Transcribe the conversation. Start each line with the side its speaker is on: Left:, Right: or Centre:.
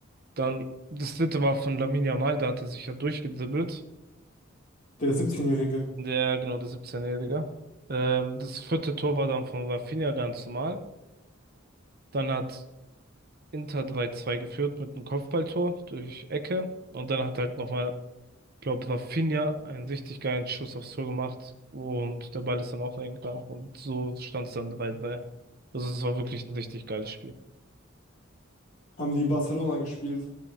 Right: Dann das dritte war von Lamine Yamal, da hat er sich ja durchgedribbelt.
Left: Der 17-Jährige.
Right: Der, genau, der 17-Jährige. Ähm, das vierte Tor war dann von Rafinha ganz normal. Dann hat Inter hat zwei zwei geführt mit einem Kopfballtor durch Ecke. Und dann hat halt nochmal, glaube Rafinha einen richtig geilen Schuss aufs Tor gemacht. Und der Ball ist dann auch reingegangen. Und so stand es dann 3-3. Also es war wirklich ein richtig geiles Spiel.
Left: Haben die in Barcelona gespielt.